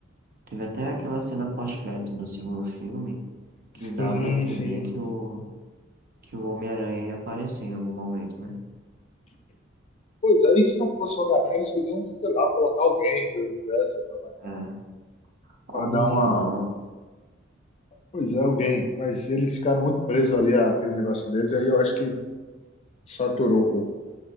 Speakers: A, on the right (about 50°); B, on the left (about 35°).
A: teve até aquela cena pós-crédito do segundo filme que dava
B: Sim,
A: a entender
B: sim.
A: que o, que o Homem-Aranha ia aparecer em algum momento, né?
B: Pois aí, se não fosse o Homem-Aranha, eles podiam, sei lá, colocar alguém do universo para
A: É, algum
B: dar
A: vilão.
B: uma, Pois é, alguém. Mas eles ficaram muito presos ali àquele universo deles, e aí eu acho que saturou um pouco.